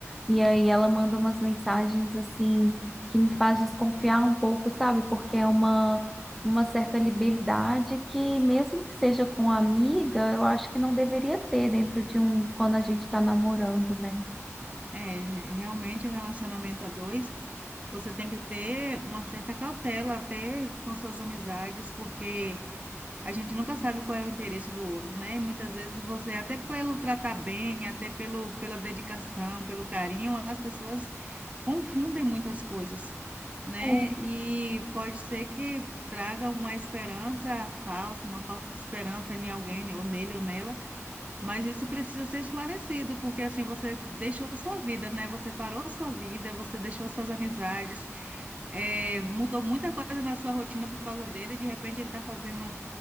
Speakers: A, in the centre; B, on the right.
A: E aí ela manda umas mensagens assim que me faz desconfiar um pouco, sabe? Porque é uma uma certa liberdade que mesmo que seja com amiga, eu acho que não deveria ter dentro de um quando a gente está namorando, né?
B: É, realmente o relacionamento a dois, você tem que ter uma certa cautela até com suas amizades, porque A gente nunca sabe qual é o interesse do outro, né? E muitas vezes você, até pelo tratar bem, até pelo, pela dedicação, pelo carinho, as pessoas confundem muitas coisas, né?
A: É.
B: E pode ser que traga uma esperança falsa, uma falsa esperança em alguém, né? ou nele ou nela, mas isso precisa ser esclarecido, porque assim você deixou a sua vida, né? Você parou a sua vida, você deixou as suas amizades, eh, mudou muita coisa na sua rotina por causa dele, e de repente ele está fazendo